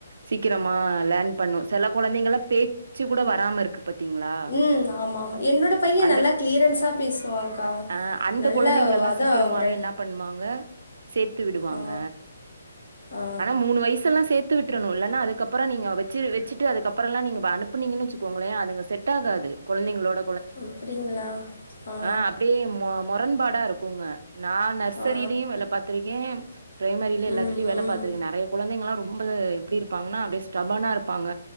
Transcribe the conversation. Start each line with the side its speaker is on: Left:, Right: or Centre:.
Right: சீக்கிரமா லேண் பண்ணு செல கொழந்தைங்களா பேச்சு கூட வராம இருக்கு பாத்தீங்களா
Left: ம் ஆமா ஆமா என்னோட பைய
Right: அந்த
Left: நல்லா க்ளியரன்ஸா பேசுவாங்கா
Right: அ அந்த
Left: நல்ல
Right: கொழந்தைங்கள எல்லா
Left: அதா
Right: சீக்கிரமாவே
Left: ஒரு
Right: என்ன பண்ணுவாங்க சேத்து விடுவாங்க
Left: ஆ ஆ
Right: ஆனா மூனு வயசல்லா சேத்து விட்ரணு இல்லைன அதுக்கப்புற நீ வச்சு வச்சுட்டு அதுக்கப் அப்புறலா நீங்க அனுப்புனீங்கன்னு வச்சுக்கோங்களே அதுங்க செட் ஆகாது கொழந்தைங்களோட
Left: ஒ அப்டிங்ளா அ
Right: அ அப்டியே மொ மொரண்பாடா இருக்குங்க நா நர்சரிலயு
Left: ஆ
Right: வேல பாத்திருக்கே ப்ரைமரில எல்லாத்துலயு
Left: ம்
Right: வேல
Left: ம்
Right: பாத்தருக்கு நெறைய கொழந்தைங்கல்லா ரொம்ப எப்டி இருப்பாங்கன்னா அப்டியே ஸ்டபானா இருப்பாங்க